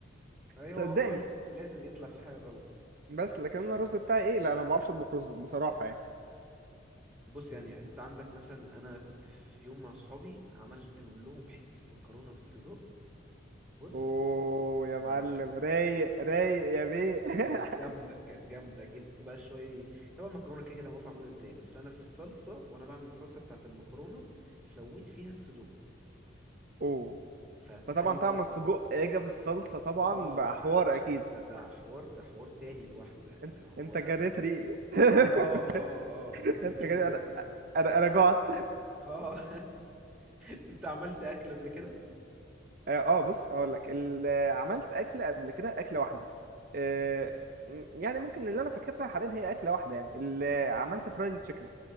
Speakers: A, in the centre; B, on the right (about 45°).
A: ايوه
B: صدقني
A: هو لازم لازم يطلع في حاجه غلط
B: بس لكن انا الرز بتاعي ايه لا انا ما بعرفش اطبخ رز بصراحه يعني
A: بص يعني انت عندك مثلا انا كنت في يوم مع صحابي عملت من لهم حته مكرونه بالصدق بص
B: اوه يا معلم
A: لا لا
B: رايق رايق يا بيه <laughs>
A: كانت جامدة كانت جامدة جبت بقى شوية طبعا المكرونة كده كده معروف معمولة ازاي بس أنا في الصلصة وأنا بعمل الصلصة بتاعة المكرونة سويت فيها الصدوق
B: اوه
A: فتخلت
B: فطبعا طعم
A: بقى
B: السجق اجى في الصلصه طبعا
A: اه
B: بقى
A: ف
B: حوار اكيد
A: ده ده حوار ده حوار تاني لوحده يعني
B: انت
A: اللي هو
B: انت
A: اه
B: جريت ريقي <laughs>
A: اه اه جريت
B: انت
A: ليك
B: جريت
A: جدا
B: انا انا أنا جعت
A: اه <laughs> انت عملت اكل قبل كده
B: اه آه، بص هقول لك ال- آه، عملت اكله قبل كده اكله واحده آه، م- يعني ممكن اللي انا فاكرها حاليا هي اكله واحده يعني اللي عملت فرايد تشيكن